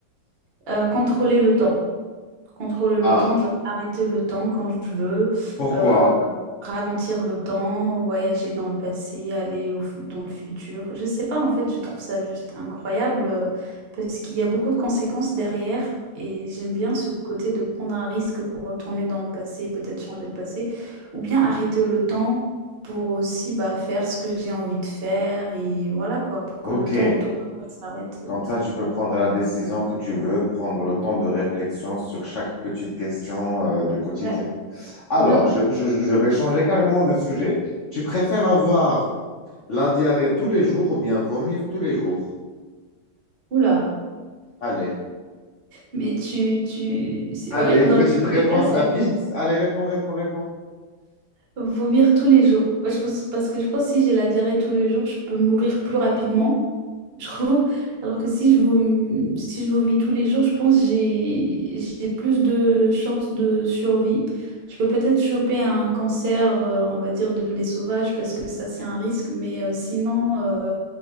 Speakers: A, on the right; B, on the left.
A: Euh, contrôler le temps. Contrôler le
B: Ah,
A: temps, genre arrêter le temps quand je veux,
B: Pourquoi?
A: euh, ralentir le temps, voyager dans le passé, aller au fu- dans le futur. Je sais pas, en fait, je trouve ça juste incroyable euh, parce qu'il y a beaucoup de conséquences derrière et j'aime bien ce côté de prendre un risque pour retourner dans le passé, peut-être changer le passé, ou bien arrêter le temps pour aussi bah, faire ce que j'ai envie de faire et voilà quoi, pour
B: Ok.
A: que le temps autour de moi s'arrête.
B: Comme
A: euh,
B: ça, tu peux prendre la décision que tu veux, prendre le temps de réflexion sur chaque petite question, euh, du quotidien.
A: Ouais,
B: Alors,
A: ouais, ouais.
B: je, je- je vais changer carrément de sujet. Tu préfères avoir la diarrhée tous les jours ou bien vomir tous les jours?
A: Oula,
B: Allez.
A: mais tu, tu... c'est
B: Allez,
A: horrible
B: une
A: dans
B: petite
A: les
B: réponse
A: deux cas,
B: rapide. Allez, réponds, réponds, réponds.
A: vomir tous les jours. Moi, je pense, parce que je pense que si j'ai la diarrhée tous les jours, je peux mourir plus rapidement. Je trouve. Alors que si je vomis, si je vomis tous les jours, je pense que j'ai j'ai plus de chances de survie. Je peux peut-être choper un cancer, euh, on va dire, de l'œsophage parce que ça, c'est un risque. Mais euh, sinon, euh,